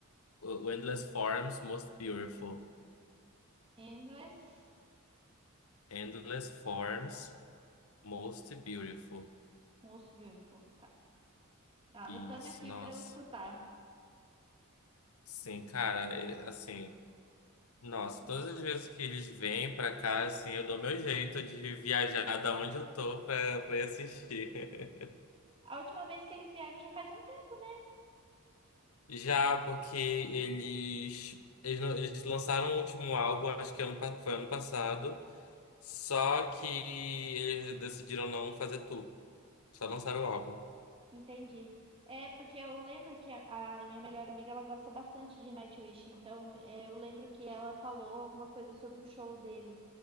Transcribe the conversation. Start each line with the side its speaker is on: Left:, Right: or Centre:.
Left: o Endless Forms Most Beautiful.
Right: Endless.
Left: Endless Forms Most Beautiful.
Right: Most Beautiful, tá. Anotando
Left: Isso,
Right: aqui
Left: nossa.
Right: pra eu escutar.
Left: Sim, cara, é, assim, nossa, todas as vezes que eles vêm pra cá, assim, eu dou meu jeito de viajar da onde eu tô pra, pra ir assistir.
Right: A última vez que eles vieram já faz um tempo.
Left: <laughs> Já porque eles, eles, não- eles lançaram o último álbum, acho que ano, pa- foi ano passado. Só que eles decidiram não fazer tour. Só lançaram o álbum.
Right: Entendi. É, porque eu lembro que a, a minha melhor amiga, ela gosta bastante de Nightwish. Então, é, eu lembro que ela falou alguma coisa sobre o show deles.